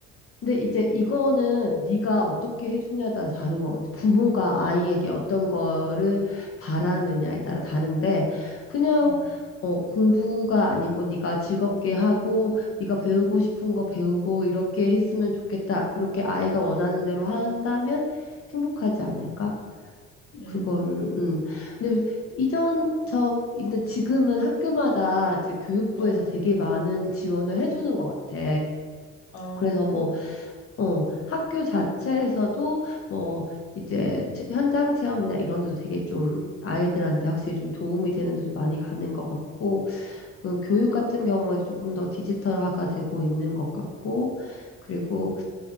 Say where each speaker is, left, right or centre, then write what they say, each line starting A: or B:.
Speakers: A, on the left; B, on the left.
A: 근데 이제 이거는 네가 어떻게 해주냐에 따라 다른 것 같아. 부모가
B: 어,
A: 아이에게 어떤 거를 바라느냐에 따라 다른데 그냥
B: 어,
A: 어, 공부가 아니고 네가 즐겁게 하고 네가 배우고 싶은 거 배우고 이렇게 했으면 좋겠다. 그렇게 아이가 원하는 대로 한다면 행복하지 않을까?
B: 음,
A: 그건 음. 근데 이전 저 근데 지금은 학교마다 지- 교육부에서
B: 어,
A: 되게 많은 지원을 해주는 것 같아.
B: 어,
A: 그래서
B: 그렇구나.
A: 뭐 어, 학교 자체에서도 뭐 이제 체- 현장 체험이나 이런 데도 되게 좀 아이들한테 확실히 좀 도움이 되는 데도 많이 가는 것 같고, 그 교육 같은 경우에도 조금 더 디지털화가 되고 있는 것 같고, 그리고